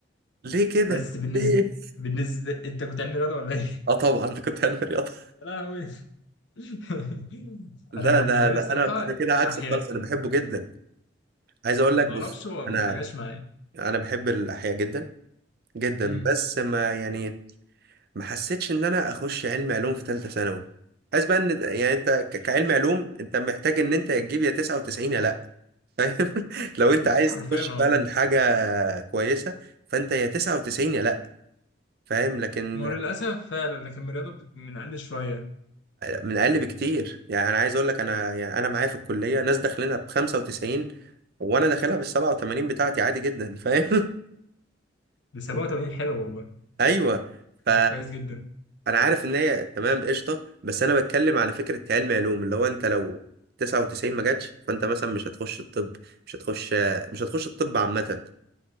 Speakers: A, on the right; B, on the left.
A: ليه كده
B: بس بالنسبة
A: ليه
B: بالنسبة انت كنت علمي رياضة ولا ايه؟
A: اه طبعا كنت علمي رياضة
B: <laughs>
A: <laughs>
B: يا لهوي <laughs>
A: لا
B: انا بالنسبة
A: ده ده
B: لي بصراحة
A: انا انا كده عكسك
B: الاحياء
A: خالص انا بحبه جدا عايز
B: أنا
A: اقول لك
B: ما
A: بص
B: اعرفش هو
A: انا
B: ما جاش معايا
A: انا بحب الاحياء جدا جدا
B: امم
A: بس ما يعني ما حسيتش ان انا اخش علم علوم في ثالثه ثانوي حاسس بقى ان يعني انت ك- كعلم علوم انت محتاج ان انت تجيب يا 99 يا لا <laughs> لو انت عايز
B: حرفيا
A: تخش
B: اه
A: فعلا حاجه كويسه فانت يا 99 يا لا فاهم لكن
B: ما هو للاسف فعلا لكن الرياضة بت- بنقل شوية
A: من اقل بكتير يعني انا عايز اقول لك انا يعني انا معايا في الكليه ناس داخلينها ب 95 وانا داخلها بال 87 بتاعتي عادي جدا فاهم
B: ب 87 حلو والله
A: <laughs> ايوه ف
B: ده كويس جدا
A: انا عارف ان هي تمام قشطه بس انا بتكلم على فكره علم علوم اللي هو انت لو 99 ما جاتش فانت مثلا مش هتخش الطب مش هتخش مش هتخش الطب عامه